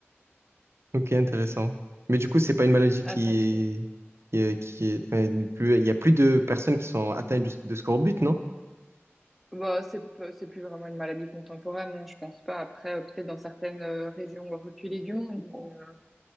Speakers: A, on the right (about 65°); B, in the centre.
A: ok, intéressant. Mais du coup, c'est pas une maladie qui
B: attends.
A: est, qui est, qui est- enfin, plus- il y a plus de personnes qui sont atteintes de, de scorbut, non?
B: Bah, c'est p- c'est plus vraiment une maladie contemporaine, non, je pense pas. Après, euh, peut-être dans certaines euh, régions reculées du monde. mais, euh,